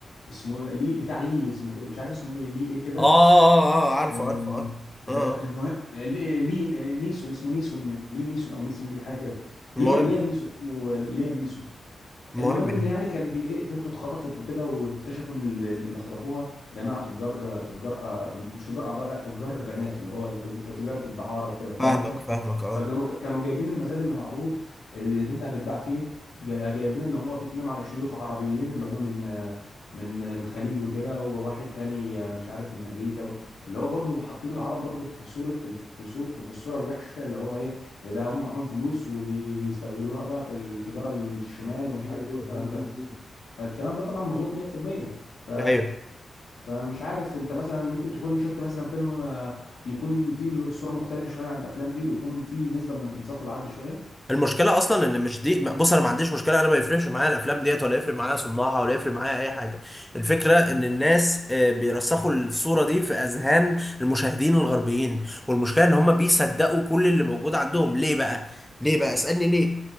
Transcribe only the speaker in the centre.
اه اه اه, آه عارفه
عارفه اه
اه آه.
المهم
المهم
يعني
فاهمك
فاهمك اه
<laughs>
ايوه
المشكله اصلا ان مش دي بص انا ما عنديش مشكله انا ما يفرقش معايا الافلام ديت ولا يفرق معايا صناعها ولا يفرق معايا اي حاجه الفكره ان الناس آه، بيرسخوا الصوره دي في اذهان المشاهدين الغربيين والمشكله ان هم بيصدقوا كل اللي موجود عندهم ليه بقى ليه بقى اسالني ليه